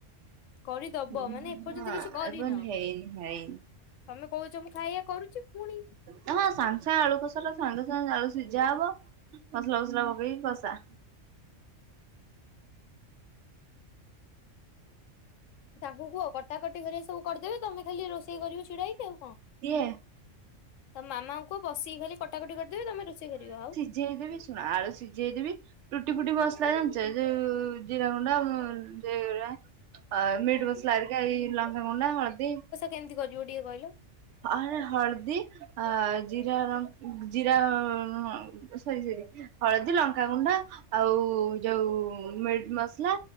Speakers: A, on the left (about 80°); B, on the right (about 70°).
A: କରିଦବ
B: ହଁ
A: ମାନେ ଏପର୍ଯ୍ୟନ୍ତ କିଛି କରିନ?
B: ଏବଂ ହେଇନି ହେଇନି
A: ତମେ କୋହୁଚ ମୁଁ ଖାଇବା କରୁଚି ଫୁଣି
B: ହଁ ସାଙ୍ଗେ ସାଙ୍ଗେ ଆଳୁ କଷା ଟା ସାଙ୍ଗେ ସାଙ୍ଗେ ଆଳୁ ସିଝା ହବ ମସଲା ଫସଲା ପକେଇକି କଷା
A: ତାଙ୍କୁ କୁହ କଟାକଟି ହରିକା ସବୁ କରିଦେବେ ତମେ ଖାଲି ରୋଷେଇ କରିବ ଛିଡା ହେଇକି ଆଉ କଁ।
B: କିଏ
A: ତ ମାମାଙ୍କୁକୁହ ବସିକି ଖାଲି କଟାକଟି କରିଦେବେ ତମେ ରୋଷେଇ କରିବ ଆଉ
B: ସଝେଇ ଦେବି ଶୁଣ ଆଳୁ ସିଝେଇଦେବି ରୁଟି ଫୁଟି ବସ୍ଲା ଜାଣିଚ ଯେଉ ଜିରା ଗୁଣ୍ଡ ସେଉରା ଅ ମିଟ୍
A: ହୁଁ।
B: ମସଲା ହେରିକା ଏଇ ଲଙ୍କା ଗୁଣ୍ଡ ହଳଦୀ
A: କେମ୍ତି କରିବ ଟିକେ କହିଲ?
B: ଆ ହଳଦୀ ଅ ଜିରା ରଁ ଜିରା ଅଁ ହଁ ସରି ସରି। ହଳଦୀ ଲଙ୍କାଗୁଣ୍ଡ ଆଉ ଯୋଉ ମିଟ୍ ମସ୍ଲା